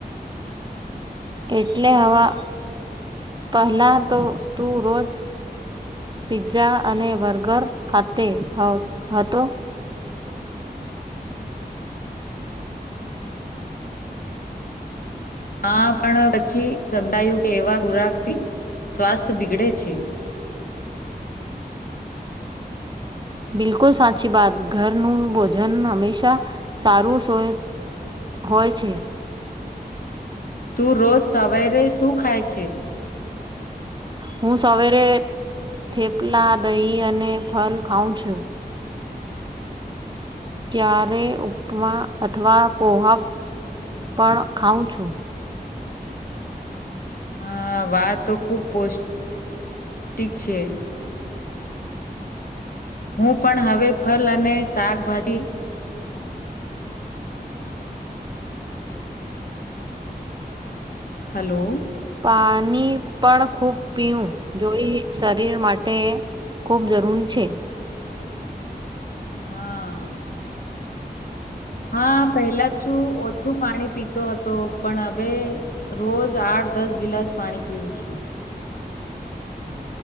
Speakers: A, on the right; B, on the left.
A: એટલે આવા પહેલા તો તું રોજ પીઝા અને બર્ગર ખાતે હહ હતો.
B: હા પણ પછી સમજાયું કે એવા ખોરાકથી સ્વાસ્થ બીગડે છે.
A: બિલકુલ સાચી વાત. ઘરનું ભોજન હંમેશા સારું સો હોય છે.
B: તું રોજ સવેરે શું ખાય છે?
A: હું સવેરે થેપલા, દહીં અને ફલ ખાઉં છું. ક્યારે ઉપમા અથવા પોહવા પણ ખાઉં છું.
B: હા વાહ! તો ખુબ પોષ્ટિક છે. હું પણ હવે ફલ અને શાકભાજી હલો
A: પાની પણ ખૂબ પીવું જોઈ શરીર માટે ખૂબ જરૂરી છે.
B: હા. હા પહેલા છું ઓછું પાણી પીતો હતો પણ હવે રોજ આઠ દસ ગિલાસ પાણી પીવું છું.